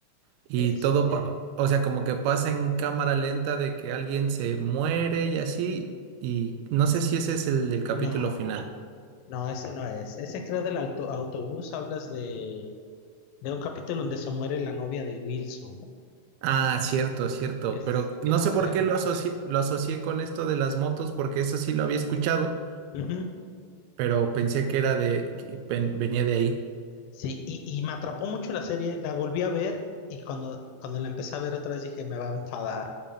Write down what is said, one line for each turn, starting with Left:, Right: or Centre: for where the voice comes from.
Right: Y
Left: Este,
Right: todo, pa- o sea, como que pasa en cámara lenta de que alguien se muere y así, y no sé si ese es el del capítulo
Left: no,
Right: final.
Left: no, ese no es. Ese creo del auto- autobús, hablas de, de un capítulo donde se muere la novia de Wilson.
Right: Ah, cierto, cierto,
Left: Es
Right: pero no
Left: Amber.
Right: sé por qué lo asocié, lo asocié con esto de las motos, porque eso sí lo había escuchado,
Left: Ujú.
Right: pero pensé que era de, que ven- venía de ahí,
Left: Sí, y, y me atrapó mucho la serie, la volví a ver y cuando, cuando la empecé a ver otra vez dije, me va a enfadar.